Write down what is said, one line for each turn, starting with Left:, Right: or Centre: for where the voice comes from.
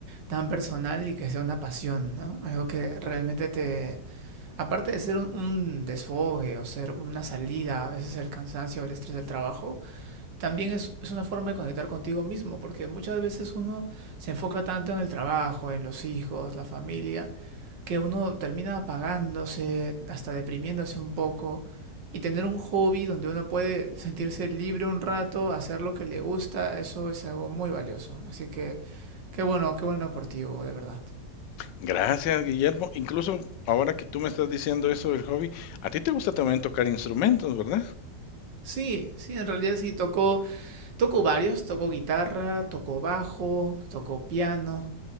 Right: tan personal y que sea una pasión, ¿no? Algo que realmente te, aparte de ser un, un desfogue o ser una salida, a veces el cansancio, el estrés del trabajo, también es, es una forma de conectar contigo mismo, porque muchas veces uno se enfoca tanto en el trabajo, en los hijos, la familia, que uno termina apagándose, hasta deprimiéndose un poco, y tener un hobby donde uno puede sentirse libre un rato, hacer lo que le gusta, eso es algo muy valioso. Así que qué bueno, qué bueno por ti, Hugo, de verdad.
Left: Gracias, Guillermo. Incluso ahora que tú me estás diciendo eso del hobby, a ti te gusta también tocar instrumentos, ¿verdad?
Right: Sí, sí, en realidad sí, tocó, tocó varios, tocó guitarra, tocó bajo, tocó piano,